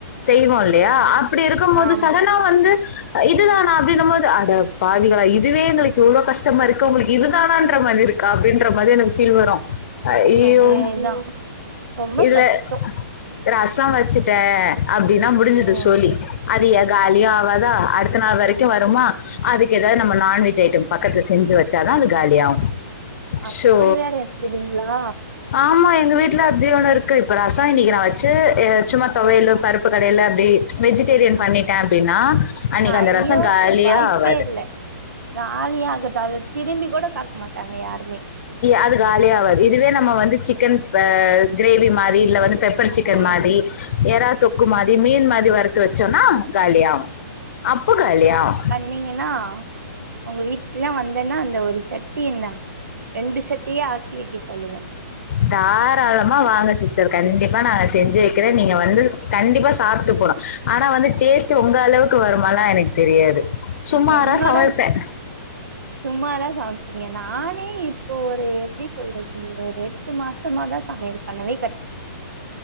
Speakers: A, on the left (about 50°); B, on the right (about 70°).
A: செய்வோ இல்லையா
B: ம்
A: அப்டி இருக்கும் போது
B: ஆமா
A: சடன் னா வந்து இதுதானா அப்டின்னும் போது அட பாவிகளா இ இதுவே எங்களுக்கு இவ்ளோ கஷ்டமா இருக்கு உங்களுக்கு இதுதானான்ற மாரி இருக்கா அப்டின்ற மாரி எனக்கு ஃபீல் வரு அய்யோ
B: அதேதா ரொம்ப
A: இதுல
B: கஷ்டோ
A: ரசோ வெச்சுட்டே அப்டின்னா முடிஞ்சுது
B: ம்
A: சோலி அதுய காலியு ஆவாதா அடுத்த நாள் வரைக்கும் வருமா அதுக்கு ஏதாது நம்ப நான்வெஜ் ஐட்டம் பக்கத்ல செஞ்சு வச்சாதா அது காலியாகும்
B: அப்படி
A: ஷோ
B: வேற இருக்குதுங்ளா
A: ஆமா எங்க வீட்ல அப்டி ஒண்ணு இருக்கு இப்ப ரசோ இன்னிக்கு நா வெச்சு சும்மா தொவையலு பருப்பு கடைல அப்டி வெஜிடேரியன் பண்ணிட்டே அப்டின்னா அன்னிக்கு
B: ஐயோ
A: அந்த ரசங் காலியே
B: வாய்ப்பே
A: ஆவாது
B: இல்ல காலியே ஆகாது அத திரும்பி கூட பாக் மாட்டாங்க யாருமே
A: அது காலியே ஆவாது இதுவே நம்ம வந்து சிக்கன் க்ரேவி மாரி இல்ல வந்து பெப் ப்பர்ச் சிக்கன்
B: ம்
A: மாரி ஏறா தொக்கு மாரி மீன் மாரி வறுத்து வெச்சோன்னா காலியாவு அப்ப காலியாவு
B: நீங்கன்னா உங்க வீட்க்ல்லா வந்தேன்னா அந்த ஒரு சட்டி என்னா ரெண்டு சட்டியே ஆக்கி வெக்க சொல்லுவே
A: தாராளமா வாங்க சிஸ்டர் கண்டிப்பா நாங்க செஞ்சு வெக்கிறே நீங்க வந்து கண்டிப்பா சாப்ட்டு போனோ ஆனா வந்து டேஸ்ட்டு உங்க அளவுக்கு வருமால்லா எனக்கு தெரியாது சுமாரா
B: என்னோட
A: சமைப்பேன்.
B: சுமாரா சம்ப்பிங்க நானே இப்போ ஒரு எப்டி சொல்றது ஒரு எட் டு மாசமாதா சமயல் பண்ணவே கத்